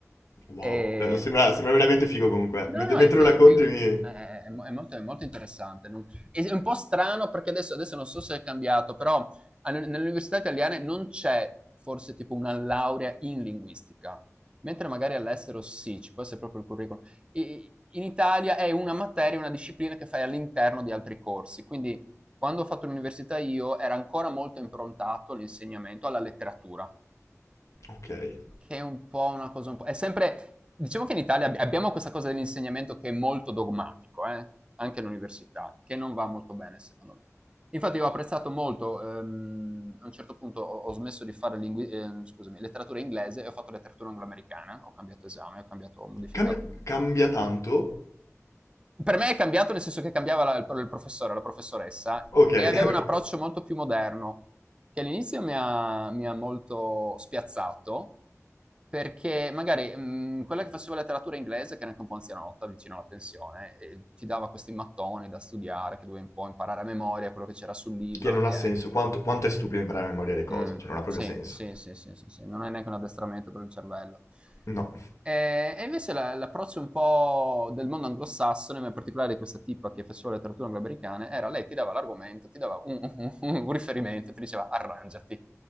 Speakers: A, on the left (about 70°); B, on the right (about 20°).
A: Wow,
B: E...
A: Eh, sembra, sembra veramente figo comunque.
B: No,
A: Mentre,
B: no,
A: mentre
B: è figo,
A: lo racconti
B: è figo.
A: mi...
B: È, è mo- è molto, è molto interessante. non- È un po' strano perché adesso, adesso non so se è cambiato, però all- nelle università italiane non c'è forse tipo una laurea in linguistica, mentre magari all'estero sì, ci può essere proprio il curriculum. I- in Italia è una materia, una disciplina che fai all'interno di altri corsi, quindi quando ho fatto l'università io era ancora molto improntato l'insegnamento alla letteratura
A: Ok.
B: che è un po' una cosa un po' è sempre diciamo che in Italia ab abbiamo questa cosa dell'insegnamento che è molto dogmatico, eh, anche all'università, che non va molto bene secondo me. Infatti io ho apprezzato molto, ehm, a un certo punto ho, ho smesso di fare lingui ehm, scusami, letteratura inglese e ho fatto letteratura angloamericana, ho cambiato esame, ho cambiato ho modificato
A: Cambia, cambia tanto?
B: per me è cambiato nel senso che cambiava la- il il professore, la professoressa,
A: Ok,
B: e
A: <laughs>
B: aveva un
A: ok.
B: approccio molto più moderno, che all'inizio mi ha, mi ha molto spiazzato, perché magari mh, quella che faceva letteratura inglese, che era anche un po' anzianotta, vicino alla pensione, e ti dava questi mattoni da studiare, che dovevi un po' imparare a memoria quello che c'era sul libro,
A: Che
B: anche,
A: non ha senso.
B: anche
A: Quanto, quanto è stupido imparare a memoria le cose,
B: Mh.
A: cioè non ha proprio
B: Sì,
A: senso.
B: sì, sì, sì, sì, sì, non è neanche un addestramento per il cervello.
A: No.
B: Ehm, e invece la l'approccio un po' del mondo anglosassone, ma in particolare di questa tipa che faceva letteratura angloamericana, era lei ti dava l'argomento, ti dava un un un- un riferimento, ti diceva: "Arrangiati."